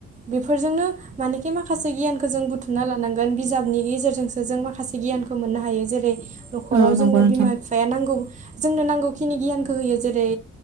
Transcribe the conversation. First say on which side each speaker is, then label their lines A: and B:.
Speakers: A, on the right; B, on the right.
A: बेफोरजोंनो मानेखि माखासे गियानखो जों बुथुमना लानांगोन बिजाबनि गेजेरजोंसो जों माखासे गियान खौ मोननो हायो जेरै न'खराव
B: औ
A: जोंनो
B: नंगौ नोंथां
A: बिमा बिफाया नांगौ जोंनो नांगौखिनि गियानखौ होयो जेरै